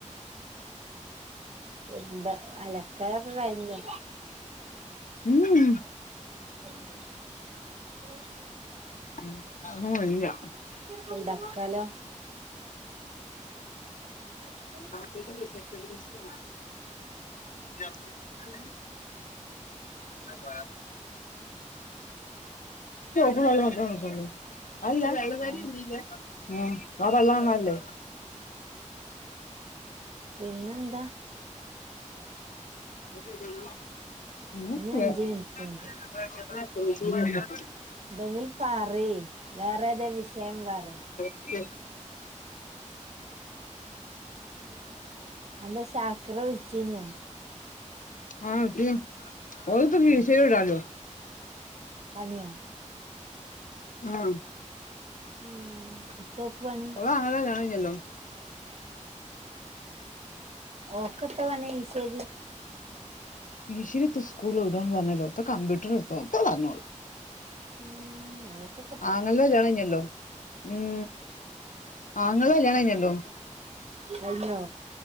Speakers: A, on the right (about 55°); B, on the left (about 80°).
A: എരുമ്പ അലക്കടൊക്കെ കഴിഞ്ഞു
B: ഉം
A: ഉം <unintelligible>
B: അഞ്ച <unintelligible>
A: തുടാക്കാലോ ആഹ് <unintelligible>
B: <unintelligible> അത് പോയി <unintelligible> ചപ്പ മാത്ര അ <unintelligible> ആ
A: ഏ
B: വെള്ളന്നല്ലേ
A: പിന്നെ എന്താ
B: ഉ
A: ഇനി അഞ്ച് മിനിറ്റ്
B: <unintelligible>
A: ഉണ്ട് ഇതെങ്ക പറി വേറെ ഏതെ വിഷയം പറ
B: എ
A: എന്റെ ശാക്ര വിൾച്ചിനോ
B: ആച്ച പ്പ
A: ഉം
B: ശഇടാലോ
A: പണിയോ
B: ആഹ്
A: ഉം തോക്ക് പണി
B: ഓളും ആങ്ങളയും ഇങ്ങളെന്നെ ഉള്ളൂ
A: ഓക്കട്ട് വേണെ ഈശരി
B: ഈ ശിരിത്ത് സ്കൂൾ എവിടാന്ന് പറഞ്ഞാല് ഇത് കമ്പ്യൂട്ടർ <unintelligible> ഒക്കെ പറഞ്ഞോൾ
A: ഉം ഓൾക്ക്
B: ആങ്ങൾന്റെ കല്യാണം കഴിഞ്ഞല്ലോ ഉം ആങ്ങളടെ കല്യാണം കഴിഞ്ഞല്ലോ
A: കഴിഞ്ഞോ